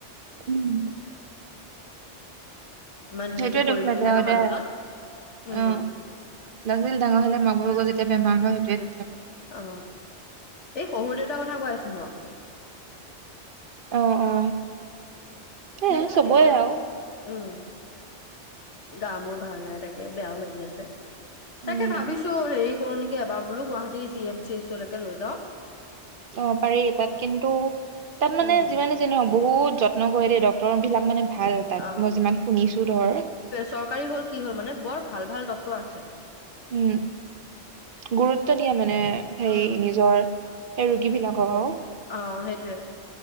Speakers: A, on the right; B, on the left.
A: উম,
B: ইমান ধুনীয়াকে
A: সেইটোৱে
B: কৰি
A: দুখ
B: মেলি
A: লাগে
B: থকা
A: অ,
B: মানুহজন
A: দে।
B: উম
A: অহ, ল'ৰা-ছোৱালী ডাঙৰ হ'লে, মাক-বাপেকৰ যেতিয়া বেমাৰ হয়, সেইৱে দুখ লাগে।
B: অ, এই শহুৰ দেউতাৰ কথা কৈ আছো মই।
A: অ, অ, এ
B: হে,
A: চবৰে
B: তেখেতৰ
A: আৰু
B: উম, গা-মোৰ ভাল নাই, তাকে বেয়াও লাগি আছে।
A: উম
B: তাকে ভাবিছো হেৰি কৰো নেকি, এবাৰ বোলো গুৱাহাটীৰ জি, এম, চি, এচ, লকে লৈ যাওঁ।
A: অ, পাৰি তাত কিন্তু, তাত
B: উম
A: মানে যিমান নহ বহুত যত্ন কৰে দেই, ডক্তৰ বিলাক মানে ভাল তাত
B: অ
A: মই যিমান শুনিছো ধৰ।
B: চৰকাৰী হ'ল কি হ'ল, মানে বৰ ভাল-ভাল ডক্তৰ আছে।
A: উম, গুৰুত্ব দিয়ে মানে,
B: উম
A: হেই নিজৰ সেই ৰোগী বিলাকক আৰু।
B: অ, সেইটোয়ে